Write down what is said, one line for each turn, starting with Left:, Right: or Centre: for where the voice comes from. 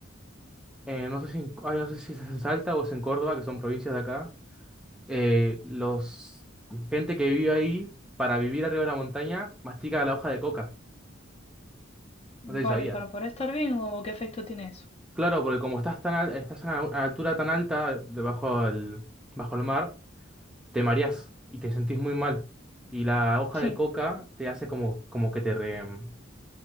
Centre: eh, no sé si, en- ay, no sé si es en Salta o es en Córdoba, que son provincias de acá, eh, los gente que vive ahí, para vivir arriba de la montaña, mastica la hoja de coca. No sé si
Left: Vale,
Centre: sabía.
Left: ¿para poder estar bien o qué efecto tiene eso?
Centre: Claro, porque como estás tan al- estás a una altura tan alta, debajo del, bajo el mar, te mareás y te sentís muy mal. Y la hoja
Left: Sí.
Centre: de coca te hace como, como que te re- mm,